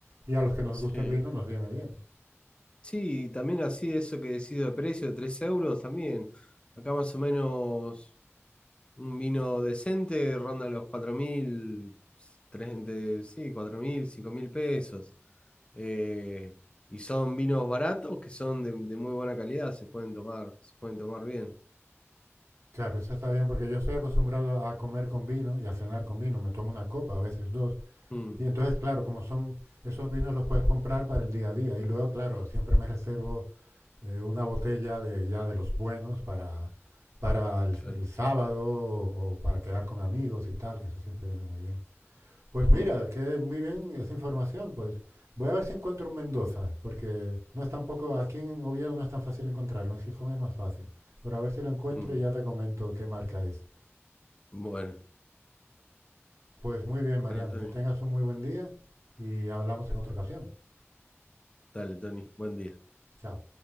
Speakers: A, on the right (about 80°); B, on the left (about 20°).
A: y a los que nos
B: Sí.
A: gusta el vino nos viene bien.
B: Sí, y también así eso que decido de precio, 3 euros también. Acá más o menos Un vino decente ronda los cuatro mil tres- de- sí, cuatro mil cinco mil pesos. Eh, y son vinos baratos que son de, de muy buena calidad, se pueden tomar, se pueden tomar bien.
A: Claro, eso está bien porque yo estoy acostumbrado a comer con vino y a cenar con vino. Me tomo una copa, a veces dos.
B: Mm,
A: Y entonces, claro, como son esos vinos los puedes comprar para el día a día. Y luego, claro, siempre me reservo eh, una botella de ya de los buenos para, para el,
B: Claro.
A: el sábado o, o para quedar con amigos y tal, que eso siempre viene muy bien. Pues mira,
B: mm,
A: que muy bien esa información. Pues voy a ver si encuentro un Mendoza, porque no es tampoco, aquí en Oviedo no es tan fácil encontrarlo, en Gijón es más fácil. Pero a ver si lo encuentro
B: mm.
A: y ya te comento qué marca es.
B: Bueno,
A: Pues muy bien,
B: bueno,
A: Mariano,
B: Tony.
A: que tengas un muy buen día y hablamos en otra ocasión.
B: Dale, Tony, buen día.
A: Chao.